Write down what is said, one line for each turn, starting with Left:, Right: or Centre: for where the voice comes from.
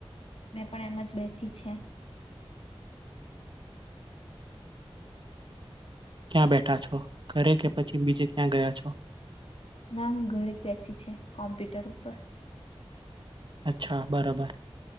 Left: મેં પણ એમ જ બેઠી છે.
Right: ક્યાં બેઠા છો ઘરે કે પછી બીજે ક્યાં ગયા છો?
Left: ના હું ઘરે જ બેસી છે કોમ્પ્યુટર ઉપર
Right: અચ્છા બરાબર